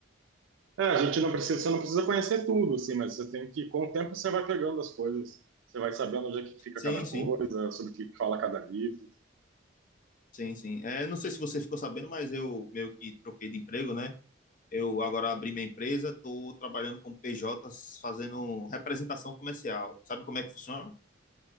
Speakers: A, on the right (about 75°); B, on the left (about 40°).
A: É, a gente não precisa, você não precisa conhecer tudo, assim, mas você tem que, com o tempo, você vai pegando as coisas, você vai sabendo onde é que fica
B: Sim,
A: cada coisa,
B: sim,
A: sobre o que fala cada livro.
B: sim, sim. É, não sei se você ficou sabendo, mas eu meio que troquei de emprego, né? Eu agora abri minha empresa, estou trabalhando com PJs, fazendo representação comercial. Sabe como é que funciona?